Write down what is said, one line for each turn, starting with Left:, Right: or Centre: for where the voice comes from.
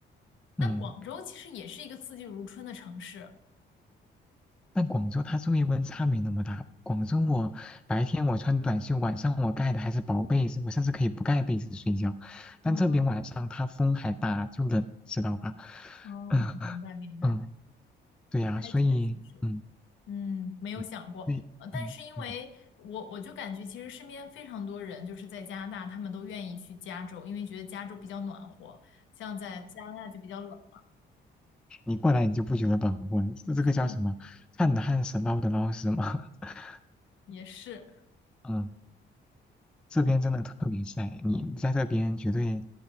Left: 但广州其实也是一个四季如春的城市，
Centre: 嗯。但广州它昼夜温差没那么大。广州我白天我穿短袖，晚上我盖的还是薄被子，我甚至可以不盖被子睡觉。
Left: 哦
Centre: 但这边晚上它风还大，就冷，知道吧？
Left: 哦，
Centre: 嗯
Left: 明白明白，
Centre: 嗯，对呀、
Left: 还确实是，
Centre: 所以嗯
Left: 嗯，没有想过，
Centre: 对对嗯嗯，
Left: 呃，但是因为我我就感觉其实身边非常多人就是在加拿大，他们都愿意去加州，因为觉得加州比较暖和，像在加拿大就比较冷，
Centre: 你过来你就不觉得暖和了，这这个叫什么？
Left: <laughs>
Centre: 旱的旱死，涝的涝死吗？<laughs>
Left: 也是，
Centre: 嗯，这边真的特别晒，你在这边绝对，